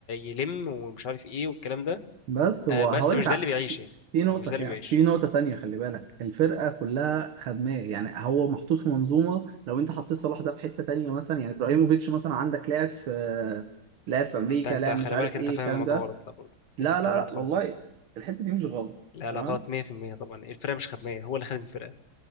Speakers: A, on the left; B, on the right.
A: يلم ومش عارف ايه والكلام ده
B: بس هو
A: آه
B: هقول
A: بس مش
B: لك ع-
A: ده اللي بيعيش
B: في
A: يعني
B: في نقطه
A: هو مش ده
B: كده
A: اللي بيعيش
B: في نقطه تانية خلي بالك الفرقه كلها خدماه يعني هو محطوط في منظومه لو انت حطيت صلاح ده في حته تانية مثلا يعني ابراهيموفيتش مثلا عندك لاعب في لاعب في امريكا
A: انت انت
B: لاعب
A: خلي
B: مش عارف
A: بالك انت
B: ايه
A: فاهم
B: الكلام
A: الموضوع
B: ده
A: غلط لا برضه
B: لا
A: دي حته
B: لا
A: غلط
B: لا
A: خالص
B: والله
A: اصلا
B: الحته دي مش غلط
A: لا
B: تمام
A: لا غلط 100% طبعا الفرقه مش خدميه هو اللي خدم الفرقه